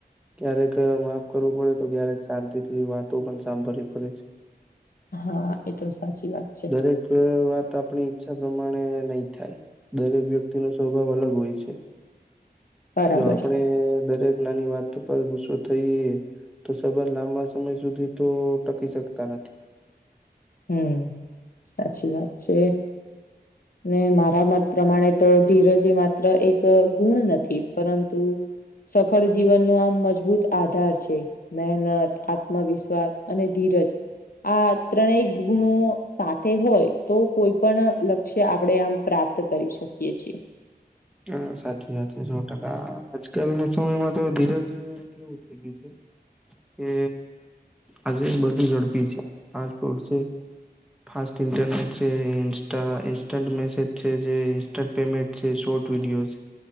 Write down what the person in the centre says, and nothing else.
ક્યારેક માફ કરવું પડે, તો ક્યારેક શાંતિ થી વાતો પણ સાંભળવી પડે છે.
દરેક વાત આપણી ઇચછા પ્રમાણે નહી થાય, દરેક વ્યક્તિ નો સ્વભાવ અલગ હોય છે.
જો આપણે દરેક નાની વાત, તપાસ ગુસ્સો થઈએ તો સંબંધ લાંબા સમય સુધી તો ટકી શકતા નથી,
હા સાચી વાત છે, સો ટકા આજકાલ ના સમયમાં તો ધીરજ કે <unintelligible> થઈ ગયું છે કે આજે બધું ઝડપી છે પાંચ ફૂટ છે. ફાસ્ટ ઇન્ટરનેટ છે, ઇન્સ્ટા ઇન્સ્ટા મેસેજ છે, જે ઇન્સ્ટન્ટ પેમેન્ટ છે, શોર્ટ વિડિઓજ,